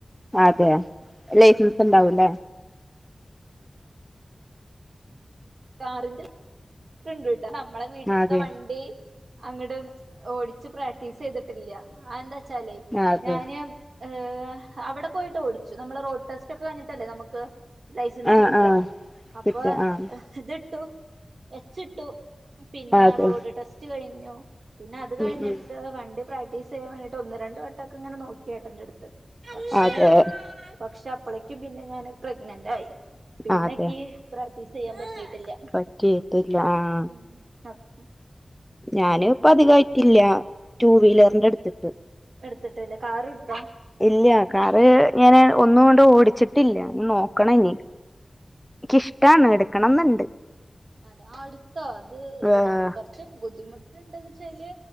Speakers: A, in the centre; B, on the right.
A: അതെയോ ലൈസൻസ് ണ്ടാവുല്ലേ?
B: കാറിന്റെ <unintelligible> നമ്മളെ വീട്ട്ത്തെ
A: അതെ
B: വണ്ടി അങ്ങട് ഓടിച്ച് പ്രാക്ടീസെയ്തിട്ടില്ല. അത് എന്താച്ചാലേ
A: അതെ
B: ഞാന് ഏഹ് അവടെ പോയിട്ട് ഓടിച്ചു, നമ്മള് റോഡ് ടെസ്റ്റ് ഒക്കെ കഴിഞ്ഞിട്ടല്ലേ നമ്മക്ക് ലൈസൻസ്
A: ആഹ്
B: കിട്ടുക.
A: ആഹ്
B: അപ്പൊ
A: കിട്ടും ആഹ്
B: ഇത്ട്ടു എച്ചിട്ടു. പിന്നെ
A: അതെ
B: റോഡ് ടെസ്റ്റ് കഴിഞ്ഞു. പിന്നെ അത് കഴിഞ്ഞിട്ട്
A: ഉം ഉം
B: വണ്ടി പ്രാക്ടീസെയ്യാൻ വേണ്ടിട്ട് ഒന്ന് രണ്ട് വെട്ടമൊക്കെ ഇങ്ങനെ നോക്കിഏട്ടന്റെ അടുത്ത്. പക്ഷെ
A: അതെ
B: പക്ഷെ അപ്പളേക്കും പിന്നെ ഞാന് പ്രഗ്നന്റ് ആയി. പിന്നെക്ക്
A: അതെ
B: പ്രാക്ടീ സെയ്യാൻ പറ്റിയിട്ടില്ല.
A: പറ്റിയിട്ടില്ല. ആഹ്
B: ഉം പറ്റ്
A: ഞാന് പ്പധികമായിട്ടില്ല ടു വീലർന്റെട്ത്തിട്ട്.
B: എടുത്തിട്ടില്ല കാറ്ട്ത്താ?
A: ഇല്യ. കാറ് ഞാന് ഒന്നുകൊണ്ട് ഓടിച്ചിട്ടില്ല. ന്നി നോക്കണം ഇനി. ഇക്കിഷ്ടാണ് എടുക്കണംന്ന്ണ്ട്.
B: അത് ആട്ത്തോ അത്
A: ആഹ്
B: ന കൊർച് ച്ച് ബുദ്ധിമുട്ട്ണ്ട്ന്ന്ച്ചാല്